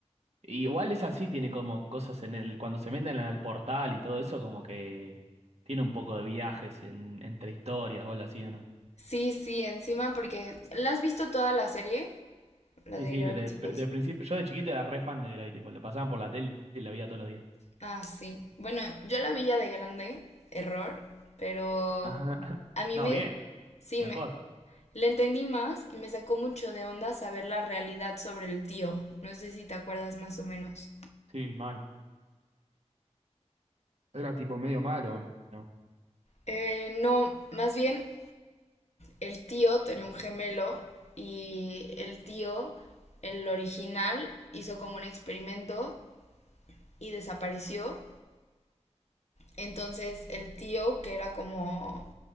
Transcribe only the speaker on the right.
Igual es así, tiene como cosas en el, cuando se meten en el portal y todo eso, como que tiene un poco de viajes en, entre historias o algo así, ¿o no?
Sí,
sí,
de,
de, principio, yo de chiquito era re fan de Gravity Falls, la pasaban por la tele y la veía todos los días.
<laughs> Ajá.
No,
bien,
mejor.
Sí, mal. Era tipo medio malo, ¿no?